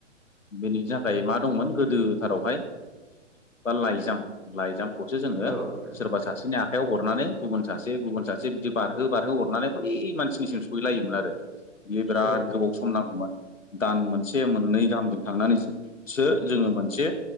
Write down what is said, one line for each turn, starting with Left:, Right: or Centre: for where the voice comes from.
Left: बेनि थाखाय मा दंमोन गोदथारावह ब ला लाइजाम खौसो जोङो
Centre: औ नोंथां औ नोंथां
Left: सोरबा सासेनि आख हखाइायाव हरनानै गुबुन सासे गुबुन सासे बिदि बारहो बारहो हरनानै बै मानसिनिसिम सहैलायोमोन आरो बियो बिराद
Centre: औ नोंथां
Left: गोबाव सम नांगौमोन दान मोनसे मोननै गाहामजों थांनानैसो जोङो मोनसे